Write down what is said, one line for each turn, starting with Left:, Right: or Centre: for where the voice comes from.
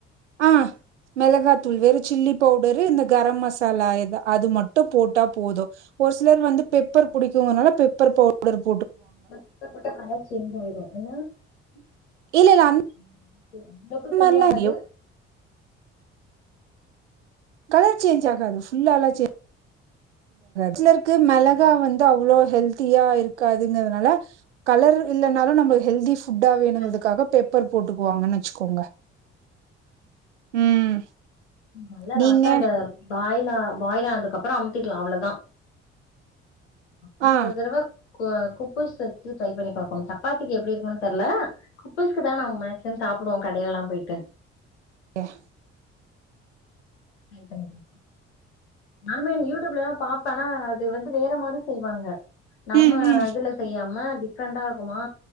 Right: ஆ மிளகா தூள் வெறு சில்லி பவுடரு இந்த கரம் மசாலா எதா அது மட்டு போட்டா போது ஒரு சிலர் வந்து பெப்பர் புடிக்கு னால பெப்பர் பவுடர் <inaudible>
Left: வத்த போட்டா கலர் சேஞ்ச் ஆயிடு என்ன <unintelligible>
Right: இல்ல இல்ல
Left: செய்யாகாது
Right: அந்தலாம் எவ் கலர் சேஞ்ச் ஆகாது ஃபுல்லாலா சேஞ் சிலருக்கு மெளகா
Left: ஆ
Right: வந்து அவ்ளோ ஹெல்த் த்தியா இருக்காதுங்றதுனால கலர் இல்லனாலு நமக் ஹெல்தி ஃபுட்டா வேணுங்றதுக்காக
Left: கல்
Right: பேப்பர் போட்டுக்குவாங்கன்னு வச்சுக்கோங்க ம்.
Left: நல்ல
Right: நீங்க?
Left: லாஸ்ட்டா அந்த பாய்லா பாயிலானதுக்கு அப்றம் அம்த்தில்லா அவ்ளதா ஆனா
Right: ஆ.
Left: ஒரு தரவ கோ குப்பஸ் <unintelligible> வச்சு ட்ரை பண்ணி பாக்கணு சப்பாத்திக்கு எப்டி இருக்குனு தெர்ல <unintelligible> தா நம் மேக்சிமம் சாப் சாப்புர்ரோ கடை எல்லா போயிட்டு
Right: <inaudible>
Left: <unintelligible> நானுமே யூடியூப்லலா பாப்பே ஆனா அது வந்து வேற மாரி செய்வாங்க நம்ம
Right: ம், ம்.
Left: இதுல செய்யாம டிஃப்ரெண்டா இருக்குமா